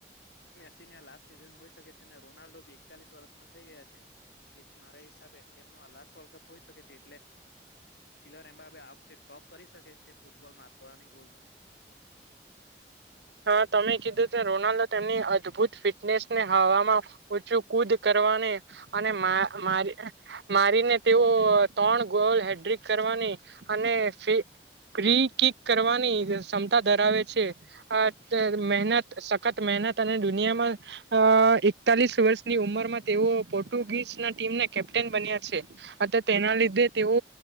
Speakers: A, on the left; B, on the right.
A: મેસીન લાસ્ટ સિઝન હોઈ શકે છે અનેને રોનાલ્ડો બી એકતાલીસ વર્ષના થઈ ગયા છે તેથી મારા હિસાબે એનો આ લાસ્ટ વર્લ્ડ કપ હોઈ, શકે છે એટલે કિલર એમ બા ટોપ કરી શકે છે, ફૂટબોલ મારવાની ગોલમા
B: હા, તમે કીધું કે રોનાલ્ડો, તેમની અદભુત ફિટનેસને હવામાં, ચું કુદ કરવા ને અને, મા મારી મારીને, તેઓ ત્રણ ગોલ, હેડ્રિક કરવાની અને ફી કિક કરવાની જે ક્ષમતા, ધરાવે છે. હ, મહેનત સખત મહેનત અને દુનિયામા અ એકતાલીસ, વર્ષની ઉંમરમા તેઓ પોર્ટુગીઝના ટીમને કેપ્ટન બન્યા છે. અ તેના લીધે તેઓ